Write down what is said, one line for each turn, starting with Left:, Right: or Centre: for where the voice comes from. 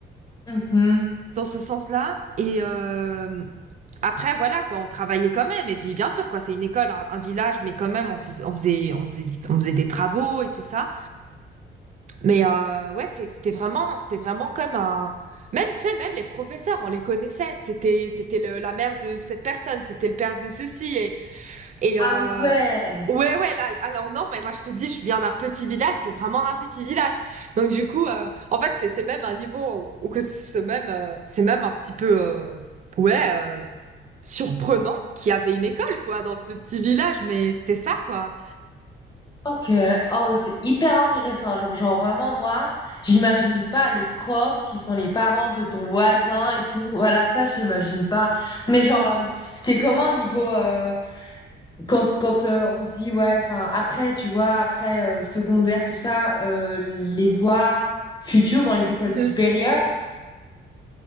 Left: Mhm.
Right: dans ce sens-là. Et euh, après, voilà, quoi, on travaillait quand même. Et puis, bien sûr, quoi, c'est une école, un, un village, mais quand même, on faisait, on faisait, on faisait, on faisait des travaux et tout ça. Mais euh, ouais, c'est- c'était vraiment, c'était vraiment comme un. Même, tu sais, même les professeurs, on les connaissait. C'était, c'était le- la mère de cette personne, c'était le père de ceci. Et, et
Left: Ah
Right: euh,
Left: ouais.
Right: ouais, ouais, là, alors non, mais moi je te dis, je viens d'un petit village, c'est vraiment d'un petit village. Donc du coup, euh, en fait, c'est c'est même un niveau où que c'est même, euh, c'est même un petit peu, euh, ouais, euh, surprenant qu'il y avait une école, quoi, dans ce petit village. Mais c'était ça, quoi.
Left: Ok, oh, ouais, c'est hyper intéressant. Genre, genre, vraiment, moi, j'imagine pas les profs qui sont les parents de ton voisin et tout. Voilà, ça, j'imagine pas. Mais genre, euh, c'était comment au niveau euh, quand quand euh, on se dit ouais, enfin après, tu vois, après euh, secondaire, tout ça, euh, les voies futures dans les écoles
Right: Mhm.
Left: supérieures.